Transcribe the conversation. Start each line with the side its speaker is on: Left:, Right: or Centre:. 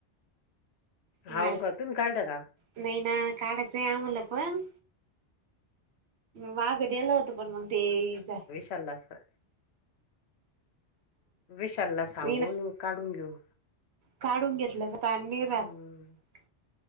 Left: हाव
Right: मला.
Left: का तुम्ही कार्ड का?
Right: नाही ना काढायचंय आम्हाला पण, वाघ दल होत तर पण मग तेइ जा.
Left: चालला स्वर. विशालला सांगून
Right: नाही ना
Left: मग काढून घेऊ.
Right: काढून घेतलंता आम्ही रात
Left: हम्म